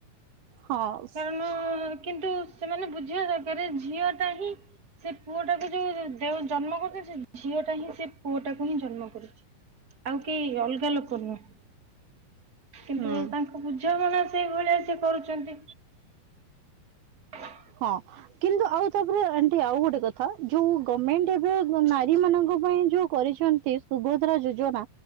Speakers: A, on the right; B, on the right.
A: ହଁ
B: କାରଣ କିନ୍ତୁ ସେମାନେ ବୁଝ ଝିଅ ଦରକାର ଝିଅ ଟା ହିଁ ସେ ପୁଅଟାକୁ ଯୋଉ ଦେ ଜନ୍ମ କରୁଛନ୍ତି। ସେ ଝିଅଟା ହିଁ ସେ ପୁଅଟାକୁ ହିଁ ଜନ୍ମ କରୁଛି। ଆଉ କେହି ଅଲଗା ଲୋକ ନୁହଁ । କିନ୍ତୁ
A: ହୁଁ
B: ତାଙ୍କୁ ବୁଝାମଣା ସେଇଭଳିଆ ସିଏ କରୁଛନ୍ତି। <inaudible>
A: ହଁ କିନ୍ତୁ ଆଉ ତାପରେ ଆଣ୍ଟି ଆଉ ଗୋଟେ କଥା ଯୋଉ ଗଭମେଣ୍ଟ ଏବେ ନାରୀ ମାନଙ୍କ ପାଇଁ ଯୋଉ କରିଛନ୍ତି ସୁଭଦ୍ରା ଯୋଜନା।